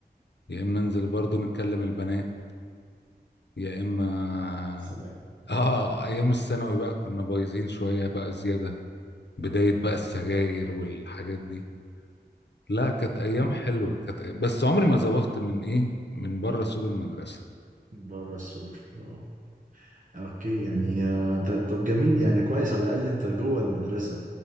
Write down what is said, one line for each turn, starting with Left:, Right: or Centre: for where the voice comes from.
Left: يا اما انزل برضو نتكلم البنات يا اما
Right: سلام
Left: اه ايام الثانوي بقى كنا بايظين شوية بقى زيادة بداية بقى السجاير والحاجات دي لا كانت ايام
Right: أه
Left: حلوة كانت أيام... بس عمري ما زوغت من ايه من بره سور المدرسة
Right: بره السور أه اوكي يعني آه، ده طب جميل يعني كويس على الاقل انت جوه المدرسه